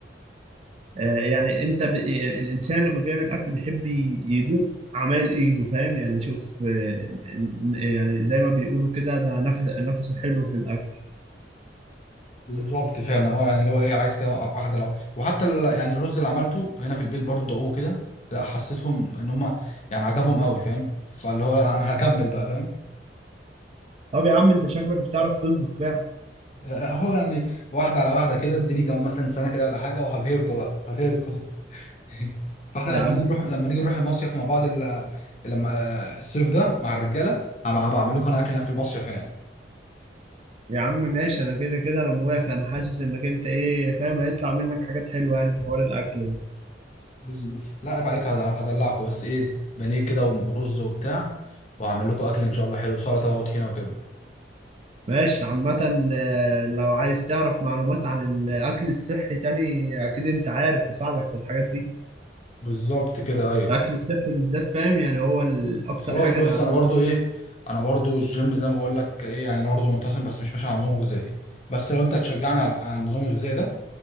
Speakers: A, on the right; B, on the left.
A: آه، يعني انت ب... الانسان لما بيعمل اكل بيحب ي- يدوق اعمال ايده فاهم يعني شوف آه، ن- يعني زي ما بيقولوا كده ده نفس نفسه حلو في الاكل
B: بالظبط فعلا اه يعني اللي هو ايه عايز كده واحده لو وحتى ال- يعني الرز اللي عملته هنا في البيت برضو دقوه كده لا حسيتهم ان هم يعني عجبهم قوي فاهم فاللي هو انا هكمل بقى فاهم
A: طب يا عم انت شكلك بتعرف تطبخ فعلا
B: آه، هو يعني واحدة على واحدة كده اديني كمان مثلا سنة كده ولا حاجة وهبهركوا بقى هبهركوا <laughs> فاحنا
A: يا
B: لما
A: عم
B: نيجي نروح لما نيجي نروح المصيف مع بعض ال... لما الصيف ده مع الرجالة هبقى هبقى اعمل لكم انا اكل هناك في المصيف هناك
A: يا عم ماشي انا كده كده انا موافق انا حاسس انك انت ايه فاهم هيطلع منك حاجات حلوه يعني في حوار الاكل ده
B: بز- لا عيب عليك هد- هدلعكم بس ايه بانيه كده ورز وبتاع وهعمل لكم اكل ان شاء الله حلو سلطة بقى وطحينة وكده
A: ماشي عامة آه، لو عايز تعرف معلومات عن الأكل الصحي تاني أكيد أنت عارف هساعدك في الحاجات دي
B: بالظبط كده ايوه
A: الأكل الصحي بالذات فاهم يعني هو ال- أكتر
B: خلاص
A: حاجة
B: بص
A: أنا
B: انا برضو ايه انا برضو الجيم زي ما بقول لك ايه يعني انا برضو منتظم بس مش ماشي على نظام غذائي بس لو انت هتشجعني على على النظام الغذائي ده